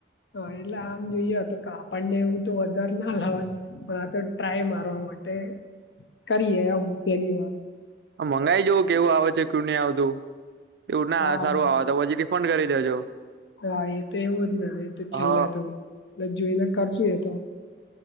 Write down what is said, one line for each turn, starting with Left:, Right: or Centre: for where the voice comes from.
Left: હા એટલે આમ જોઈએ તો કેા આપણને એવું તો વધારે ના લવાય પણ આ તો ટ્રાય મારવા માટે કરીએ આવું પેલી વાર
Right: મંગાઈ જવ કેવું આવે છે કેું નહી આવતું એવું ના
Left: હા
Right: સારું આવ તો પછી ફડ કરી દેજો
Left: હા એ તો એવો જ ને એ તો
Right: હ
Left: છેલ્લે તો એટલે જોઈને કરશું એ તો